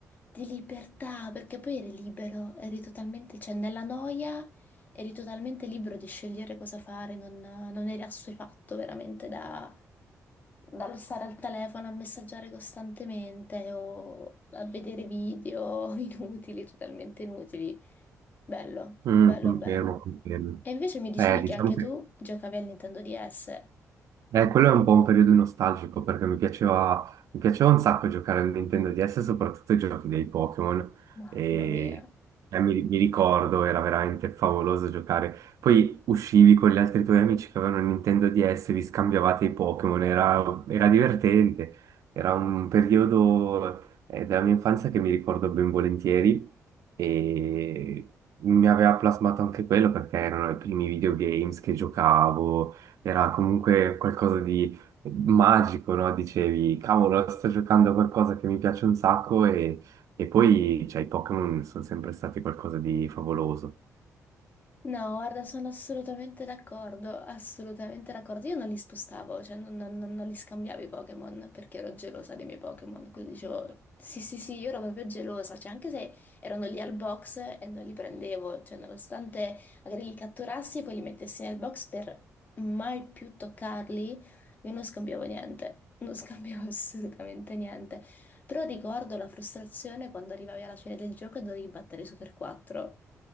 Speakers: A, on the left; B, on the right.
A: di libertà, perché poi eri libero, eri totalmente, cioè nella noia eri totalmente libero di scegliere cosa fare, non, non eri assuefatto veramente da, dallo stare al telefono a messaggiare costantemente o a vedere video <laughs> inutili, totalmente inutili. Bello,
B: Mm,
A: bello,
B: confermo,
A: bello.
B: confermo.
A: E invece mi dicevi
B: Eh, diciamo
A: che anche
B: che
A: tu giocavi al Nintendo DS.
B: Eh, quello è un po' un periodo nostalgico perché mi piaceva, mi piaceva un sacco giocare al Nintendo DS, soprattutto i giochi dei Pokémon.
A: Mamma
B: E
A: mia.
B: eh, mi, mi ricordo, era veramente favoloso giocare. Poi uscivi con gli altri tuoi amici che avevano il Nintendo DS, vi scambiavate i Pokémon, era, era divertente. Era un periodo eh, della mia infanzia che mi ricordo ben volentieri e mi aveva plasmato anche quello perché erano i primi videogames che giocavo era comunque qualcosa di magico, no? Dicevi, cavolo, sto giocando a qualcosa che mi piace un sacco e, e poi, cioè, i Pokémon sono sempre stati qualcosa di favoloso.
A: No, guarda, sono assolutamente d'accordo, assolutamente d'accordo. Io non li spostavo, cioè non, non- non- non li scambiavo i Pokémon perché ero gelosa dei miei Pokémon. Quindi dicevo, sì, sì, sì, io ero proprio gelosa, cioè anche se erano lì al box e non li prendevo, cioè nonostante magari li catturassi e poi li mettessi nel box per mai più toccarli, io non scambiavo niente, non scambiavo <laughs> assolutamente niente. Però ricordo la frustrazione quando arrivavi alla fine del gioco e dovevi battere i Super 4.